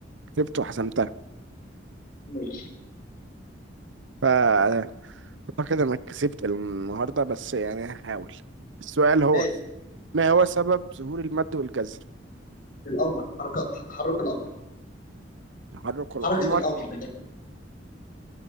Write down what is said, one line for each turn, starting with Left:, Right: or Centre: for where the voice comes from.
Right: كسبت وحسمتها
Left: ماشي
Right: فاعتقد انك كسبت النهارده بس يعني هحاول السؤال هو
Left: ماشي
Right: ما هو سبب ظهور المد والجزر
Left: القمر حركة تحرك القمر
Right: تحرك القمر
Left: حركة القمر من الآخر.